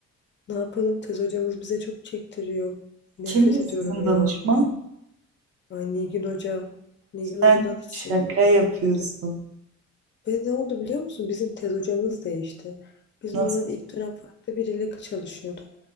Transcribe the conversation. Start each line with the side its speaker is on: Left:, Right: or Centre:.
Left: Ne yapalım tez hocamız bize çok çektiriyor. Nefret
Right: Kimdi
Left: ediyorum
Right: sizin
Left: ya.
Right: danışman?
Left: Ay Nilgün Hoca. Nilgün
Right: Sen
Left: Hoca'dan hiç
Right: şaka
Left: sinir var.
Right: yapıyorsun.
Left: Nefret ediyorum. Ve ne oldu biliyor musun? Bizim tez hocamız değişti. Biz
Right: Nasıl?
Left: normalde ilk dönem farklı biriyle çalışıyorduk.